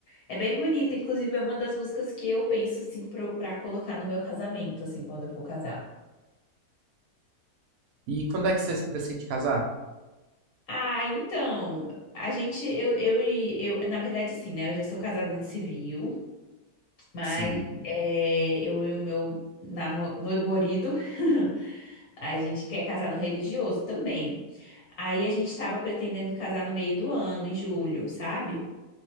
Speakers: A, on the left (about 65°); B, on the right (about 70°).
A: É bem bonita, inclusive é uma das músicas que eu penso assim pro, pra colocar no meu casamento, assim, quando eu for casar.
B: E quando é que vocês pretendem casar?
A: Ah, então, a gente, eu, eu, e- eu, na verdade, sim, né? Eu já sou casada no civil, mas
B: Sim,
A: é, eu e o meu namo- namorado, <laughs> a gente quer casar no religioso também. Aí a gente tava pretendendo casar no meio do ano, em julho, sabe?